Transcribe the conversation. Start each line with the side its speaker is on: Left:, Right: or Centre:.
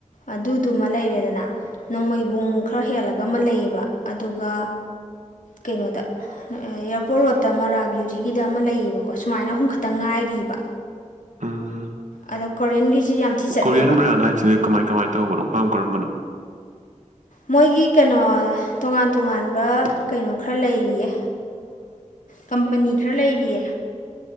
Left: ꯑꯗꯨ ꯑꯗꯨꯃ ꯂꯩꯔꯦꯗꯅ ꯅꯣꯡꯃꯩ ꯕꯨꯡ ꯈꯔ ꯍꯦꯜꯂꯒ ꯑꯃ ꯂꯩꯌꯦꯕ ꯑꯗꯨꯒ ꯀꯩꯅꯣꯗ ꯑꯦꯌꯥꯔꯄꯣꯔꯠ ꯔꯣꯠꯇ ꯑꯃꯔꯥꯕꯌꯨꯖꯤꯤꯒꯤꯗ ꯑꯃ ꯂꯩꯌꯦꯕꯀꯣ ꯁꯨꯃꯥꯏꯅ ꯑꯍꯨꯝ ꯈꯛꯇꯪ ꯉꯥꯏꯔꯤꯕ
Right: ꯎꯝ
Left: ꯑꯗꯣ ꯀꯣꯔꯤꯌꯟꯒꯤꯁꯨ ꯌꯥꯝ ꯊꯤ ꯆꯠꯂꯦꯕ
Right: ꯀꯣꯔꯤꯌꯟ ꯕ꯭ꯔꯥꯟ ꯍꯥꯏꯁꯤꯅ ꯀꯃꯥꯏ ꯀꯃꯥꯏ ꯇꯧꯕꯅꯣ ꯀꯔꯝ ꯀꯔꯝꯕꯅꯣ
Left: ꯃꯣꯏꯒꯤ ꯀꯩꯅꯣ ꯇꯣꯉꯥꯟ ꯇꯣꯉꯥꯟꯕ ꯀꯩꯅꯣ ꯈꯔ ꯂꯩꯔꯤꯌꯦ ꯀꯝꯄꯅꯤ ꯈꯔ ꯂꯩꯔꯤꯌꯦ